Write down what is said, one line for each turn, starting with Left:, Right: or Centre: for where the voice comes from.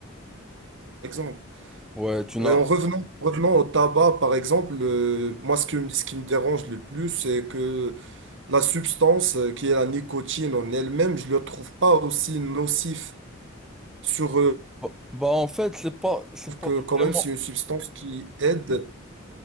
Right: par exemple.
Centre: Ouais, tu n'as...
Right: Euh, en revenant, revenant au tabac, par exemple, euh, moi, ce que, ce qui me dérange le plus, c'est que La substance euh, qui est la nicotine en elle-même, je ne le trouve pas aussi nocif sur euh,
Centre: Bah, bah, en fait, c'est pas, c'est
Right: je trouve
Centre: pas
Right: que quand même
Centre: vraiment...
Right: c'est une substance qui aide.